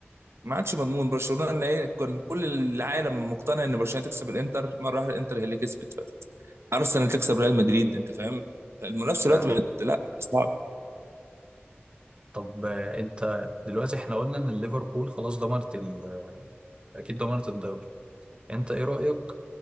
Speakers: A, on the right; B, on the right.
A: ما عادش مضمون برشلونه اللي هي كان كل العالم مقتنع ان برشلونه تكسب الانتر مره واحده الانتر هي اللي كسبت ارسنال تكسب ريال مدريد انت فاهم المنافسه
B: فعلا
A: دلوقتي بقت لا صعب
B: طب آه، انت دلوقتي احنا قلنا ان ليفربول خلاص ضمنت ال... اكيد ضمنت الدوري انت ايه رأيك